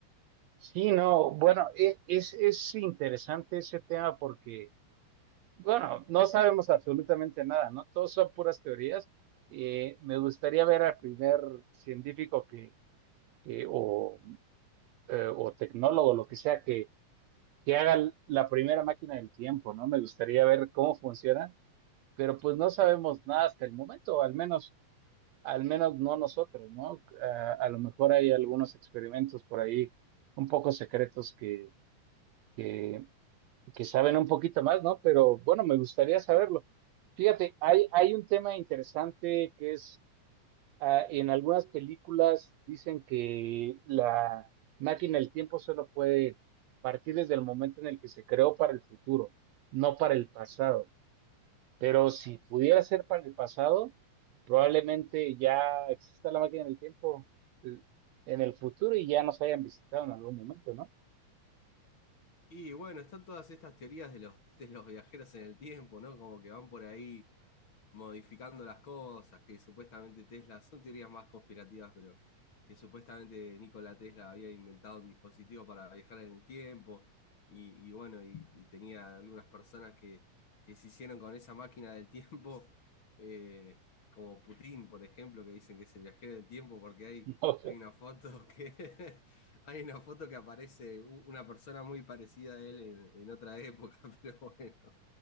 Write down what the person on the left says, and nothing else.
Sí.
Y bueno, están todas estas teorías de los, de los viajeros en el tiempo, ¿no? Como que van por ahí modificando las cosas, que supuestamente Tesla, son teorías más conspirativas, pero que supuestamente Nikola Tesla había inventado un dispositivo para viajar en el tiempo, y, y bueno, y, y tenía algunas personas que, que se hicieron con esa máquina del tiempo, <laughs> eh, como Putin, por ejemplo, que dicen que es el viajero del tiempo, porque hay,
hay una foto que <laughs> hay una foto que aparece un- una persona muy parecida a él en, en otra época, <laughs> pero bueno.